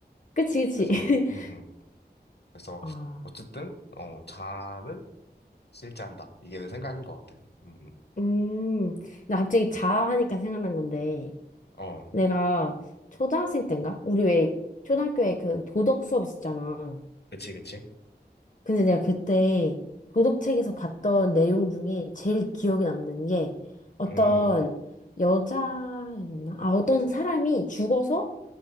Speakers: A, on the left; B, on the left.
A: 그치, 그치.
B: 그래서,
A: <laughs>
B: 응, 응. 그래서,
A: 아.
B: 어쨌든, 어, 자아는 실제한다. 이게 내 생각인 것 같아. 응, 응.
A: 음, 나 갑자기 자하니까 생각난 건데,
B: 어,
A: 내가 초등학생 때인가? 우리 왜 초등학교에 그 도덕 수업 있었잖아.
B: 그치, 그치.
A: 근데 내가 그때 도덕책에서 봤던 내용 중에 제일 기억에 남는 게 어떤
B: 응,
A: 여자였나? 아, 어떤 사람이 죽어서